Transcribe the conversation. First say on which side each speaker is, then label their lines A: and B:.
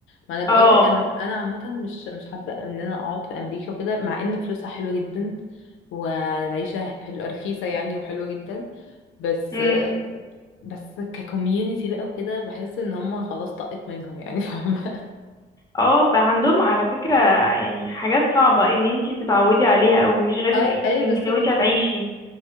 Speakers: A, on the left; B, on the left.
A: ما أنا
B: اه
A: بقول لك أنا أنا عامة مش مش حابة إن أنا أقعد في أمريكا وكده مع إن فلوسها حلوة جدا والعيشة حلوة رخيصة يعني وحلوة جدا بس
B: امم
A: بس ككوميونيتي بقى وكده بحس إن هما خلاص طقت منهم يعني <laughs> فاهمة
B: اه بقى عندهم على فكره يعني حاجات صعبه ان انتي تتعودي عليها او مش غير
A: اي اي
B: يعني
A: بالظبط
B: لو انتي هتعيشي